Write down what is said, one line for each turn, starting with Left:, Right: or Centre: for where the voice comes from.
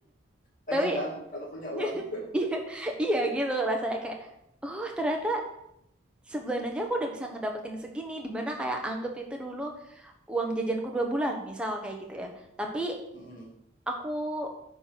Left: Pengen
Centre: Tapi
Left: kan kalau punya uang?
Centre: <laughs> iya, iya gitu rasanya kayak oh ternyata sebulan aja aku udah bisa ngedapetin segini dimana kayak anggap itu dulu uang jajanku dua bulan misal kayak gitu ya. Tapi
Left: Mm-mm,
Centre: aku